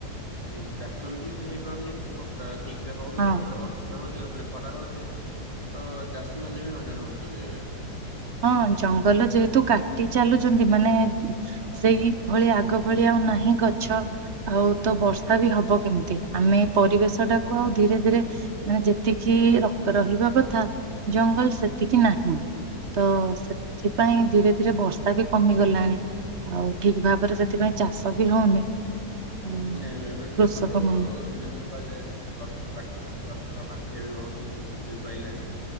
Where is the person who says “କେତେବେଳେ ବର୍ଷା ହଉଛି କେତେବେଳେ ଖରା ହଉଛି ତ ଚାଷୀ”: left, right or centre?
Right